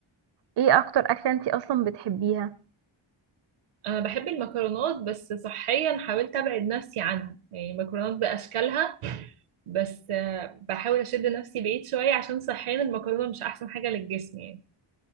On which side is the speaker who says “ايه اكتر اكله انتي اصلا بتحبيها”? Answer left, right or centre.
Right